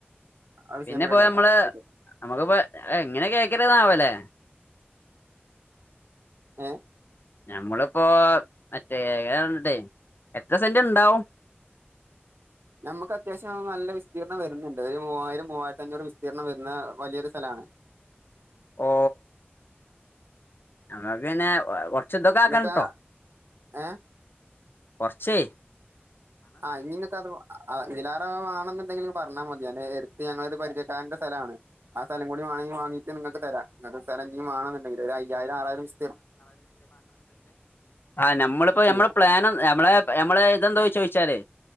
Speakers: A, on the right; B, on the left.
A: ആ വിഷയം
B: പിന്നെ
A: നമുക്ക്
B: പോയ
A: റെഡിയാക്കാം
B: നമ്മള്
A: ശരി
B: നമ്മുക്കിപ്പോ എങ്ങനെ കേൾക്ക്ണ്താവല്ലേ
A: ആ
B: ഞമ്മളിപ്പോ മറ്റേ ണ്ടേ എത്ര സെന്റ് ഇണ്ടാവും
A: നമുക്ക് അത്യാവശ്യ നല്ല വിസ്തീർണ്ണം വരുന്നുണ്ട് ഒരു മൂവായിരം മൂവായിരത്തി അഞ്ഞൂറ് വിസ്തീർണ്ണം വരുന്ന വലിയൊരു സ്ഥലമാണ്
B: ഓ നമ്മക്ക് പിന്നെ കുറച്ച് ദൊക്കെക്കാൻട്ടോ
A: ഇങ്ങക്ക് ഏഹ്
B: കൊർച്ചേ
A: ആഹ് നിങ്ങക്ക് അത് ആ ഇതിലാര വേണെന്നുണ്ടെങ്കില് പറഞ്ഞാ മതി ഞാൻ നേരത്ത് ഞങ്ങടൊരു പരിചയക്കാരന്റെ സ്ഥലാണ് ആ സ്ഥലം കൂടി ആണെ വാങ്ങട്ട് നിങ്ങക്ക് തരാ നി സ്ഥലം ഇനിം വേണെന്നണ്ടെങ്കിൽ ഒരു അയ്യായിരം ആറായിരം വി
B: ആ നമ്മളിപ്പോ
A: ചെയ്യാം
B: നമ്മ പ്ലാൻ നമ്മള നമ്മ ഇതെന്താ ചോദിച്ചാലേ